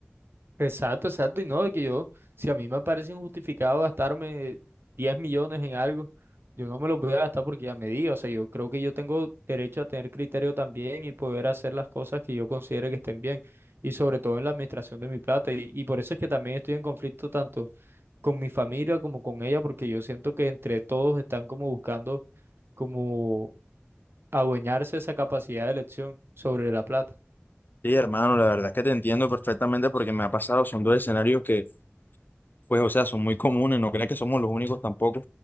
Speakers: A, on the right; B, on the left.
A: Exacto, exacto. Y no, de que yo, si a mí me parece injustificado gastarme diez millones en algo, yo no me los voy a gastar porque ya me diga. O sea, yo creo que yo tengo derecho a tener criterio también y poder hacer las cosas que yo considere que estén bien. Y sobre todo en la administración de mi plata. Y, y por eso es que también estoy en conflicto tanto con mi familia como con ella, porque yo siento que entre todos están como buscando como adueñarse esa capacidad de elección sobre la plata.
B: Sí, hermano, la verdad es que te entiendo perfectamente porque me ha pasado, son dos escenarios que, pues, o sea, son muy comunes, no creas que somos los únicos tampoco.